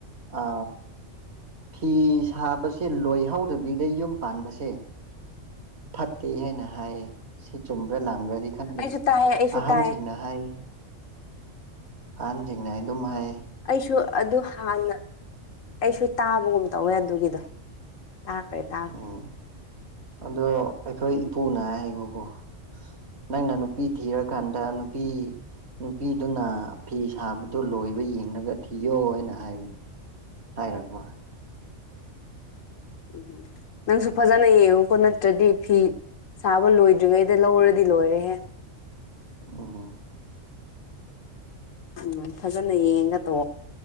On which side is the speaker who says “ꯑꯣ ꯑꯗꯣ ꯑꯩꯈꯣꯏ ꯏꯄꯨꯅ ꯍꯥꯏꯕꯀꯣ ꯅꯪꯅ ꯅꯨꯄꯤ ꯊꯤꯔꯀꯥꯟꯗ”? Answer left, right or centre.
Right